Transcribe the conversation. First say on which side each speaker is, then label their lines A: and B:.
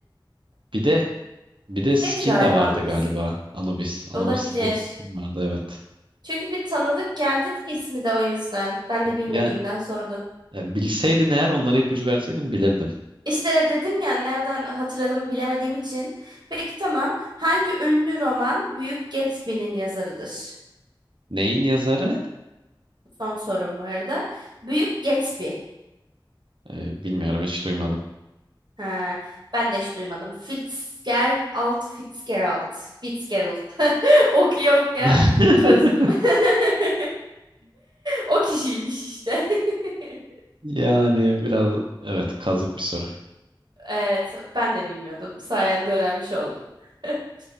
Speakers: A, on the right; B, on the right.
A: Bir de Bir de skin
B: demeseydi galiba
A: de vardı
B: Anubis.
A: galiba. Anubis. Anubis
B: Olabilir.
A: diye skin vardı evet.
B: Çünkü bir tanıdık geldi de ismi de o yüzden. Ben
A: E,
B: de bilmediğimden
A: Ya
B: sordum.
A: e, bilseydin eğer onlara ipucu verseydin bilirdim.
B: İşte dedim ya nereden hatırladığımı bilemediğim için. Peki tamam. Hangi ünlü roman Büyük Gatsby'nin yazarıdır?
A: Neyin yazarı?
B: Son sorum bu arada. Büyük Gatsby.
A: E, bilmiyorum hiç duymadım.
B: He, ben de hiç duymadım. Fitzgerald, Fitzgerald, Fitzgerald. <laughs> Ok yok ya.
A: <laughs>
B: Çözdüm. <laughs> O kişiymiş işte. <laughs>
A: Yani biraz evet kazık bir soru.
B: Evet, ben de bilmiyordum. Sayende öğrenmiş oldum. <laughs>